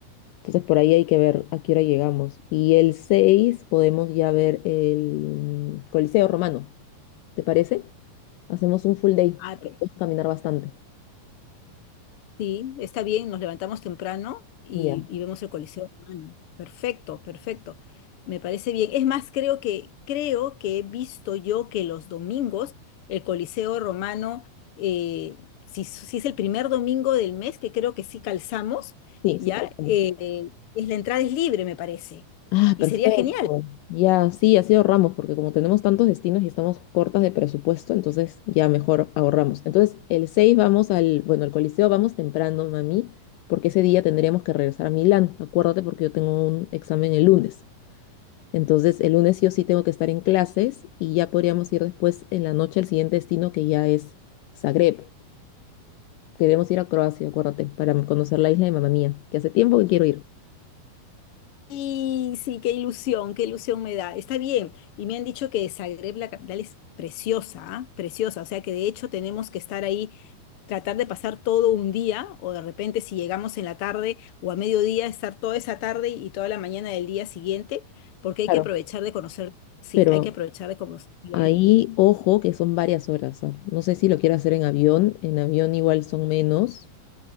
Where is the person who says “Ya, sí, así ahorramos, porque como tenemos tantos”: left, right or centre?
Left